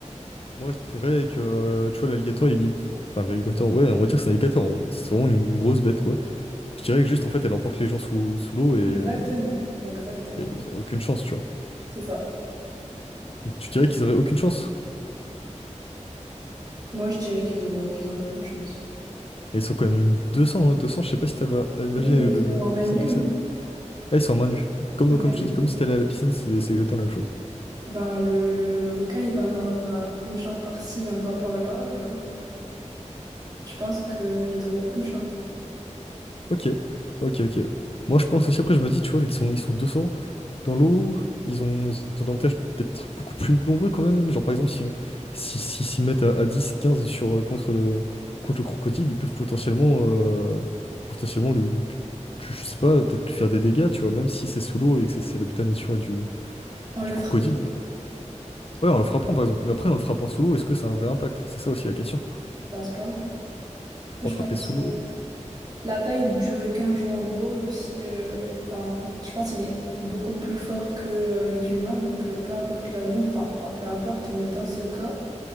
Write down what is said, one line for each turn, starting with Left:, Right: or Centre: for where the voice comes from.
Left: Moi, je dirais que, euh, tu vois, l'alligator, il... Enfin, l'alligator, ouais, on va dire que c'est un alligator. on- C'est vraiment une une grosse bête, quoi. Je dirais que juste, en fait, elle emporte les gens sous, sous l'eau et, euh,
Right: Exactement, exactement.
Left: et ils ont aucune chance, tu vois.
Right: C'est ça.
Left: Donc tu dirais qu'ils auraient aucune chance.
Right: Moi, je dirais qu'ils auront, qu'ils auraient aucune chance.
Left: Et ils sont quand même 200, hein, 200, je sais pas si t'as à imaginer
Right: Oui, mais
Left: le, le
Right: ils sont
Left: le nombre
Right: en man
Left: de personnes
Right: nue,
Left: que
Right: non?
Left: c'est. Ah, ils sont à main nue. Comme,
Right: Ouais,
Left: comme
Right: donc,
Left: je t'ai dit, comme
Right: euh,
Left: si t'allais à la piscine, c'est c'est exactement la même chose.
Right: ben, le, le, le requin, il va mordre à une jambe par-ci, un bras par-là. euh, je pense qu'ils auront aucune chance.
Left: Ok, ok, ok. Moi, je pense aussi, après, je me dis, tu vois, vu qu'ils sont, ils sont 200 dans l'eau, ils ont, ils ont l'avantage d'être beaucoup plus nombreux quand même. Genre, par exemple, si, si, si- s'ils mettent à, à 10, 15 sur, euh, contre le, contre le crocodile, ils peuvent potentiellement, euh, potentiellement lui, tu- je sais pas, peut-être lui faire des dégâts, tu vois, même si c'est sous l'eau et que c'est c'est l'habitat naturel du,
Right: On le
Left: du
Right: frappe,
Left: crocodile. il y a- Ouais, en le frappant, par exemple. Mais après, en le frappant sous l'eau, est-ce que ça a un vrai impact? C'est ça aussi la question.
Right: je pense pas. Je
Left: On va frapper
Right: pense.
Left: sous l'eau.
Right: euh, La taille du requin joue un rôle aussi. euh, Enfin, je pense qu'il est beaucoup plus fort que euh, les humains, donc euh, peu importe leur nombre, enfin, pas peu importe, mais dans ce cas,